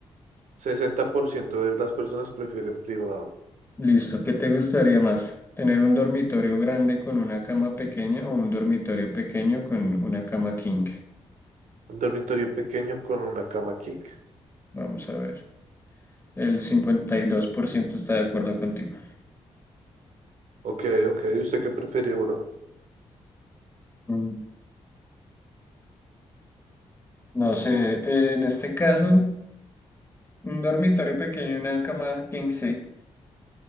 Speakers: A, on the right; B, on the left.
A: sesenta por ciento de las personas prefieren privado.
B: Listo, ¿qué te gustaría más? ¿Tener un dormitorio grande con una cama pequeña o un dormitorio pequeño con una cama king?
A: Un dormitorio pequeño con una cama king.
B: Vamos a ver. El 52% está de acuerdo contigo.
A: Ok, ok. ¿Y usted qué prefiere, bro?
B: Mm, No sé, en este caso, un dormitorio pequeño y una cama king, sí.